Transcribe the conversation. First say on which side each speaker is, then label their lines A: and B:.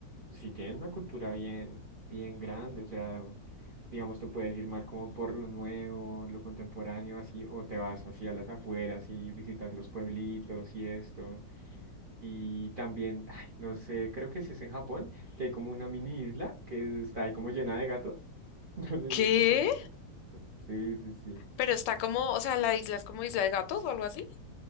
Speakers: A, on the right; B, on the left.
A: pues sí tienen una cultura bien, bien grande, o sea, digamos, te puedes ir más como por lo nuevo, lo contemporáneo, así, o te vas así a las afueras y visitas los pueblitos y esto. Y también, ay, no sé, creo que sí es en Japón, que hay como una mini isla que está ahí como llena de gatos. <laughs> No sé
B: ¿Qué?
A: si escuchaste por ahí. Sí, sí, sí.
B: Pero está como, o sea, la isla es como Isla de Gatos o algo así.